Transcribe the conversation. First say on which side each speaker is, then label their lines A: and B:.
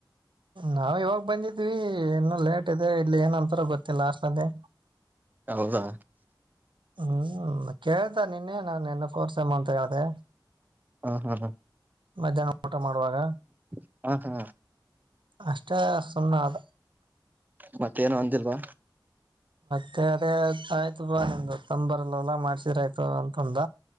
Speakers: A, on the right; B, on the right.
A: ನಾಾವ್ ಇವಾಗ ಬಂದಿದ್ವಿ ಇನ್ನುೂ ಲೇಟ್ ಇದೆ ಇಲ್ಲಿ ಏನಂತರ ಗೊತ್ತಿಲ್ಲ ಅಸ್ ಅದೆೇ
B: ಹೌದಾ
A: ಹ್ಮ್ ಕೇಳ್ತ ನಿನ್ನೇ ನಾನು ನಿನ್ನ ಕೋರ್ಸಮ್ಮ ಅಂತ ಹೇಳ್ದೆ
B: ಹ ಹಾ ಹಾ
A: ಮಧ್ಯಾಹ್ನ ಊಟ ಮಾಡುವಾಗ
B: ಹ ಹಾ
A: ಅಷ್ಟೇ ಸುಮ್ಮ ಅದ
B: ಮತ್ತೇಏನ ಅಂದಿಲ್ವಾ
A: ಮತ್ತೆ ಅದೇ ಆಯ್ತು ಬಾ ನಿಮ್ದು ತಂದ್ ಬರಲ್ಲವಲ್ಲ ಮಾಡ್ಸೀರ ಆಯ್ತು ಅಂತಂದ